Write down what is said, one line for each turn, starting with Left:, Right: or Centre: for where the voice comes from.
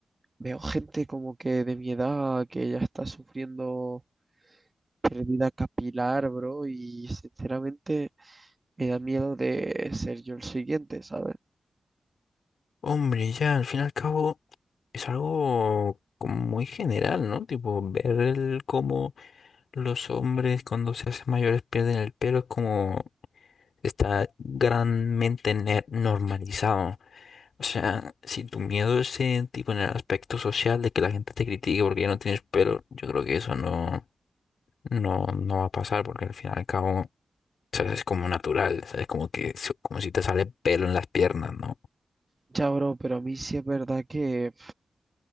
Right: Veo gente como que de mi edad que ya está sufriendo pérdida capilar, bro, y sinceramente me da miedo de ser yo el siguiente, ¿sabes?
Left: Hombre, ya, al fin y al cabo, es algo como muy general, ¿no? Tipo, ver el cómo los hombres cuando se hacen mayores pierden el pelo es como... Está granmente ne- normalizado. O sea, si tu miedo es en, tipo en el aspecto social de que la gente te critique porque ya no tienes pelo, yo creo que eso no, no, no va a pasar porque al fin y al cabo, ¿sabes? Es como natural, ¿sabes? Como que, es como si te sale pelo en las piernas, ¿no?
Right: Ya, bro, pero a mí sí es verdad que